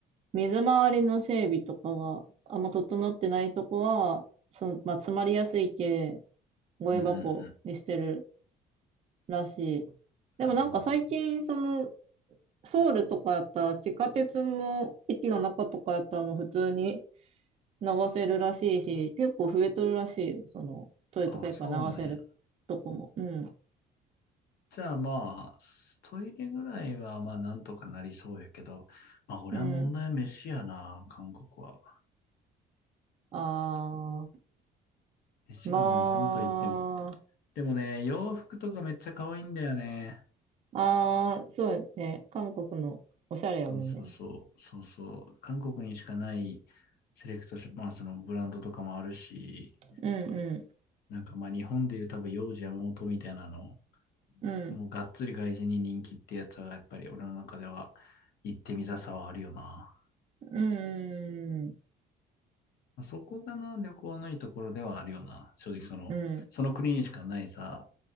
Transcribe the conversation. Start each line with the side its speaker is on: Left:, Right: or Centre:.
Right: 水回りの整備とかがあんま整ってないとこは、その、まあ、詰まりやすい系、ゴミ箱にしてる
Left: うん、うん、
Right: らしい。でもなんか最近、
Left: うん。なるほどね。
Right: その、ソウルとかやったら、地下鉄の駅の中とかやったらもう普通に流せるらしいし、結構増えとるらしいよ、その、トイレットペーパー流せるとこも。
Left: あ、そうなんや。
Right: うん、
Left: じゃあまあ、トイレぐらいはまあなんとかなりそうやけど、まあ俺は問題は飯やな、
Right: うん。
Left: 韓国は。
Right: ああ。
Left: 飯がな、
Right: ま
Left: なんと言っても。でもね、洋服とかめっちゃ可愛いんだよね。
Right: あ、ああ、そうね。韓国のおしゃれやもんね。
Left: そうそうそう、そうそう。韓国にしかないセレクトショ、まあそのブランドとかもあるし、
Right: うんうん。
Left: なんかまあ日本でいう多分幼児山本みたいなの、
Right: うん。
Left: もうがっつり外人に人気ってやつはやっぱり俺の中では行ってみたさはあるよな。
Right: うん。
Left: まあそこがな、旅行のいいところではあるよな。正直その、
Right: うん。
Left: その国にしかないさ、